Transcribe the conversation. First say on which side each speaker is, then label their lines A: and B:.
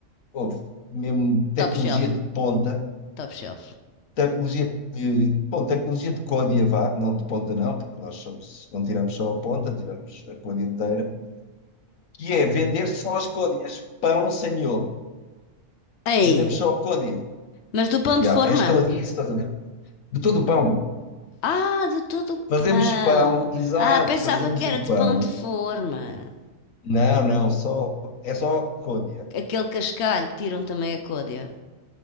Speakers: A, on the left; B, on the left.
A: ouve, mesmo tecnologia
B: Top shelf,
A: de ponta
B: top shelf.
A: Tecnologia de, bom, tecnologia de côdea, vá, não de ponta não, porque nós somos, não tiramos só a ponta, tiramos a côdea inteira, que é vender só as côdeas, pão sem miolo.
B: Ei,
A: Vendemos só a côdea.
B: mas do pão de
A: Já,
B: forma?
A: é estaladiço, estás a ver? De todo o pão.
B: Ah, de todo o pão.
A: Fazemos pão, exato,
B: Ah, pensava
A: fazemos
B: que era
A: o
B: de
A: pão.
B: pão de forma.
A: Não, não, só, é só côdea.
B: Aquele cascalho, tiram também a côdea